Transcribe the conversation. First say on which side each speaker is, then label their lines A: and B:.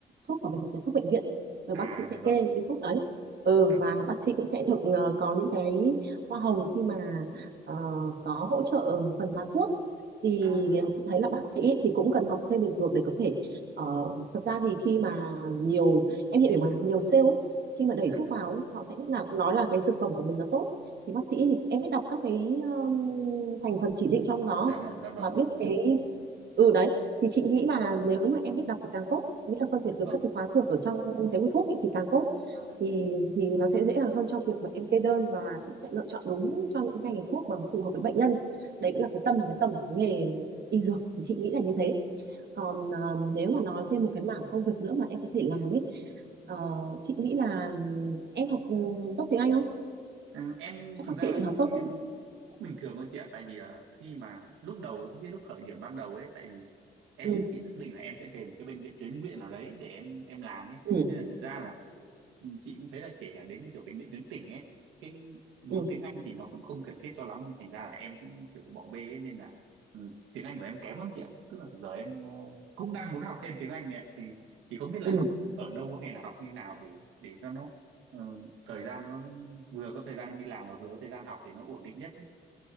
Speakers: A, on the right; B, on the right.
A: thuốc vào bệnh viện, thuốc bệnh viện rồi
B: à
A: bác sĩ sẽ
B: dạ vâng
A: kê những cái thuốc đấy. Ừ
B: dạ
A: và
B: vâng
A: bác sĩ cũng sẽ được ờ, có những cái hoa hồng khi mà ờ, có hỗ trợ phần bán thuốc. Thì
B: à
A: ờ, chị thấy là bác sĩ thì cũng cần học thêm về dược để có thể ờ, thật ra thì khi mà nhiều em hiểu mà nhiều sale ấy, khi mà đẩy
B: dạ
A: thuốc
B: vâng
A: vào ấy, họ sẽ lúc nào cũng nói là cái dược phẩm của mình nó tốt thì bác sĩ thì em biết đọc các cái um, thành phần chỉ định trong đó
B: dạ vâng dạ vâng
A: mà biết cái Ừ, đấy, thì chị nghĩ là nếu mà em biết đọc thì càng tốt, nghĩa là phân biệt
B: dạ
A: được
B: vâng
A: các cái hóa dược ở trong cái hút thuốc ấy thì càng tốt.
B: à,
A: Thì thì nó sẽ dễ dàng hơn cho việc mà em kê đơn và cũng sẽ lựa chọn đúng cho những ngành thuốc mà phù hợp với bệnh nhân. Đấy cũng là cái tâm cái tầm của cái nghề y dược thì chị nghĩ là như thế. Còn à, nếu mà nói thêm một cái mảng công việc nữa mà em có thể làm ấy, ờ, chị nghĩ là ừm, em học ừm, tốt tiếng Anh không?
B: Ừ, em
A: Chắc
B: thực
A: bác
B: ra
A: sĩ
B: là
A: phải học
B: cũng,
A: tốt
B: ừ,
A: chứ.
B: cũng bình thường thôi chị ạ tại vì là khi mà lúc đầu cái cái lúc khởi điểm ban đầu ấy tại vì em
A: Ừ,
B: cũng chỉ xác định là em sẽ về một cái bệnh viện tuyến huyện nào đấy để em em làm ấy
A: ừ,
B: nên là thực ra là Ừ, chị cũng thấy là kể cả đến như kiểu bệnh viện tuyến tỉnh ấy cái vốn
A: ừ,
B: tiếng Anh thì nó cũng không cần thiết cho lắm nên thành ra là em cũng kiểu bỏ bê ấy, nên là ừ, tiếng Anh của em kém lắm chị ạ tức là giờ em ờ, cũng đang muốn học thêm tiếng Anh này ạ thì thì không biết là
A: ừ,
B: học ở đâu hay là học như nào để để cho nó ờ, thời gian nó vừa có thời gian em đi làm mà vừa có thời gian học thì nó ổn định nhất ấy.